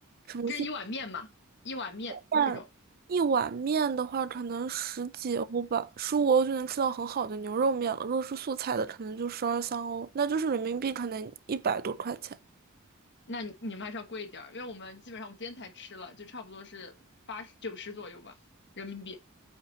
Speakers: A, on the right; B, on the left.
A: 什么鸡
B: 这是一碗面嘛，一碗面这种，
A: 蛋，一碗面的话，可能十几欧吧，十五欧就能吃到很好的牛肉面了。如果是素菜的，可能就十二三欧，那就是人民币可能一百多块钱。
B: 那你你们还是要贵一点儿，因为我们基本上我今天才吃了，就差不多是八十九十左右吧，人民币。